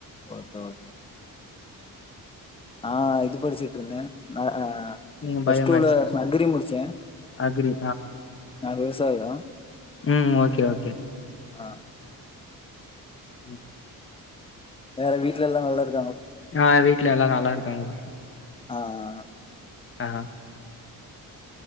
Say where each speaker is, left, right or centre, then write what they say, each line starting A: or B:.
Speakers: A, on the left; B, on the left.
A: ஓகே ஓகே ஆ இது படிச்சுட்டு இருந்த நா ஆ
B: நீங்க
A: பிளஸ்
B: பயோ
A: டூல
B: மேக்ஸ் தான்.
A: அக்ரி முடிச்ச
B: அக்ரி
A: நா விவசாயம்
B: உம் ஓகே ஓகே
A: ஆ
B: உம்
A: வேற வீட்ல எல்லா நல்லா இருக்
B: ஆ வீட்ல எல்லா நல்லா இருக்காங்க
A: ஆ அ
B: ஆ